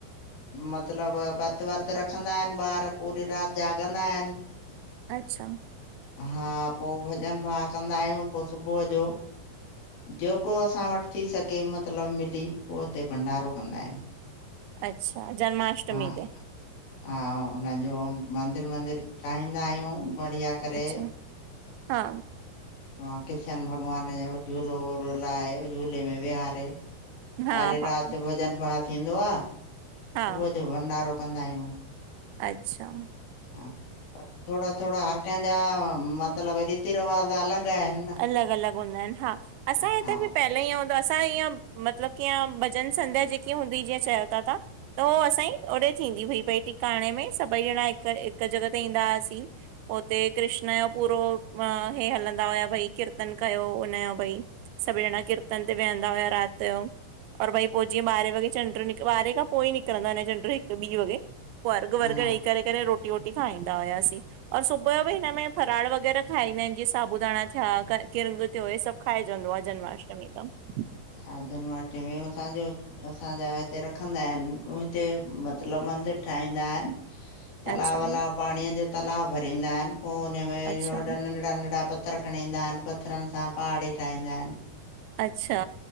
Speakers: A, on the left (about 80°); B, on the right (about 90°).
A: मतिलबु भतु वर्तु रखंदा हिनि ॿार पूरी राति जाॻंदा हिनि।
B: अच्छा।
A: हा पो भॼन भाव कंदा आहियूं पो सुबुअ जो। जेको असां वटि थी सघे मतिलबु मिली उहो हुते भंडारो कंदा आहियूं।
B: अच्छा जन्माष्टमी
A: हा
B: ते?
A: हा उन्हन जो मंदिर वंदिर ठाहींदा आहियूं बढ़िया करे
B: अच्छा हा।
A: ह कृष्ण भॻवान जो झूलो वूलो लाहे झूले में विहारे
B: हा
A: सारी राति
B: हा
A: भॼन भाव थींदो आ,
B: हा
A: सुबुअ जो भंडारो कंदा आहियूं।
B: अच्छा।
A: हा पर थोड़ा -थोड़ा हर कंहिंजा मतिलब रीति रिवाज अलॻि आहिनि। न
B: अलॻि -अलॻि हूंदा हिनि हा, असांजे हिते
A: हा
B: बि पहले ईअं हूंदो हो, असां ईअं मतलब कीअं जनसंध्या जेकी हूंदी ही जीअं चयो ता ताहां त हो असांजी ओॾे थींदी हुई भई टिकाणे में सभई ॼणा हिक हिक जॻह ते ईंदा हासीं। उते कृष्ण जो पूरो अ हे हलंदा हुया भई कीर्तन कयो, हुनजो भई सभु ॼणा कीर्तन ते वेहंदा हुया राति यो। और भई पो जीअं ॿाॾुरहे वॻे चंडु ॿारहें खां पोई निकरंदो आ हिन यो चंड्रु हिक ॿी वॻे। पो अर्गु -वर्गु
A: हा
B: ॾई करे करे रोटी- वोटी खाईंदा हुयासीं और सुबुअ यो बि हिन में फराड़ वग़ैरह खाईंदा आहिनि जीअं साबूदाणां थिया, किरिंगु थियो हे सभु खाइजंदो आ जन्माष्टमी तंउं।
A: हा जन्माष्टमी में असांजो असांजा हिते रखंदा हिनि, हिते मतिलब मंदिर ठाहींदा हिनि। तलाउ
B: अच्छा
A: वला पांणीअ जो तलाउ भरींदा हिनि पो हुनमें इह्यो
B: अच्छा
A: नंढिड़ा नंढिड़ा पत पत्थर खणींदा हिनि पत्थरनि सां पहाड़ी ठाहींदा हिनि
B: अच्छा